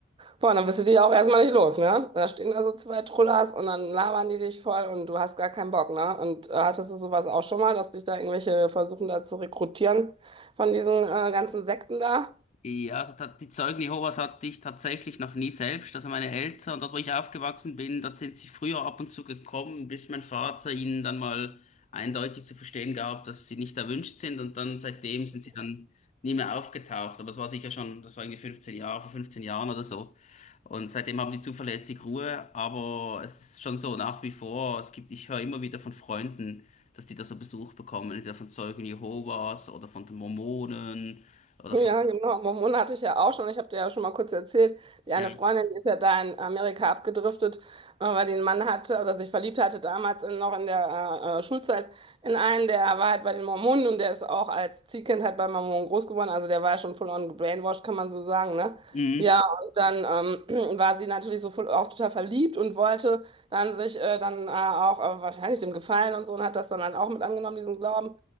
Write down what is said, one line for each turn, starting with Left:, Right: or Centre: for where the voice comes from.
Right: Boah, dann bist du dich auch erstmal nicht los, ne? Da stehen da so zwei Trullers und dann labern die dich voll und du hast gar keinen Bock, ne? Und äh, hattest du sowas auch schon mal, dass dich da irgendwelche versuchen da zu rekrutieren von diesen äh, ganzen Sekten da?
Left: Ja, also ta- die Zeugen Jehovas hatte ich tatsächlich noch nie selbst. Also meine Eltern, dort wo ich aufgewachsen bin, dort sind sie früher ab und zu gekommen, bis mein Vater ihnen dann mal eindeutig zu verstehen gab, dass sie nicht erwünscht sind. Und dann seitdem sind sie dann nie mehr aufgetaucht. Aber das war sicher schon, das war irgendwie 15 Jahre, vor 15 Jahren oder so. Und seitdem haben die zuverlässig Ruhe. Aber es ist schon so nach wie vor, es gibt, ich höre immer wieder von Freunden, dass die da so Besuch bekommen, entweder von Zeugen Jehovas oder von den Mormonen oder
Right: Ja,
Left: von...
Right: genau. Mormonen hatte ich ja auch schon. Ich habe dir ja schon mal kurz erzählt. Die eine
Left: Ja.
Right: Freundin, die ist ja da in Amerika abgedriftet, äh, weil die einen Mann hatte oder sich verliebt hatte damals in, noch in der äh, äh, Schulzeit in einen, der war halt bei den Mormonen und der ist auch als Ziehkind halt bei Mormonen groß geworden. Also der war ja schon full on gebrainwashed, kann man so sagen, ne?
Left: Mhm.
Right: Ja, und dann ähm, <clears throat> war sie natürlich so voll, auch total verliebt und wollte dann sich äh, dann äh, auch äh, wahrscheinlich dem gefallen und so und hat das dann halt auch mit angenommen, diesen Glauben.